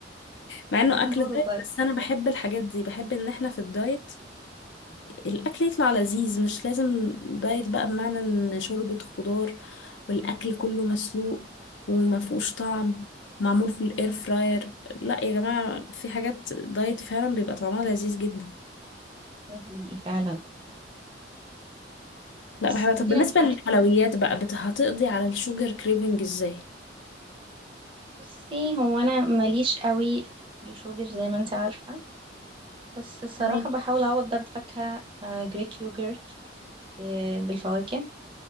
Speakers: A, on the left; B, on the right.
A: مع انه
B: فاهمة
A: اكل
B: برضه
A: دايت
B: طيب
A: بس انا بحب الحاجات دي بحب ان احنا في الدايت الاكل يطلع لذيذ مش لازم دايت بقى بمعنى ان شوربة خضار والاكل كله مسلوق وما فيهوش طعم معمول في الاير فراير لا يا جماعة في حاجات دايت فعلا بيبقى طعمها لذيذ جدا
B: ده حقيقي فعلا
A: لا
B: بس
A: بحبها طب
B: مدينة
A: بالنسبة
B: من حاجة
A: للحلويات بقى بت- هتقضي على الشوجر كريفنج ازاي
B: بصي هو أنا ماليش قوي في الشوجر زي ما انت عارفة بس الصراحة
A: تمام
B: بحاول أعوض ده بفاكهة آه، جريك يوجرت ب- بالفواكه